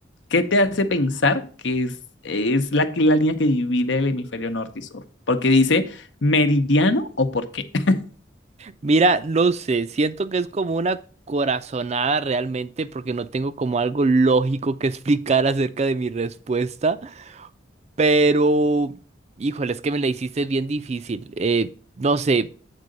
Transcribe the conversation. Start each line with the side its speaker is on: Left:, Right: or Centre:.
Left: ¿Qué te hace pensar que es, es la, la línea que divide el hemisferio norte y sur? Porque dice meridiano o por qué. <laughs>
Right: Mira, no sé, siento que es como una corazonada realmente porque no tengo como algo lógico que explicar acerca de mi respuesta, pero, híjole, es que me la hiciste bien difícil. Eh, no sé.